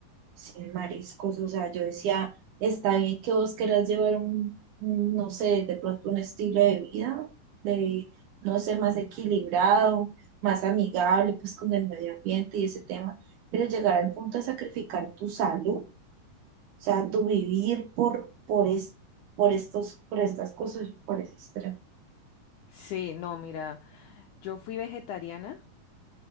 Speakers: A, on the right; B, on the left.
A: sin mariscos, o sea, yo decía, está bien que vos querás llevar un, un, no sé, de pronto un estilo de vida, de, no sé, más equilibrado, más amigable, pues con el medio ambiente y ese tema, pero llegar al punto de sacrificar tu salud, o sea, tu vivir por, por, es, por estos, por estas cosas, por ese extremo.
B: Sí, no, mira, yo fui vegetariana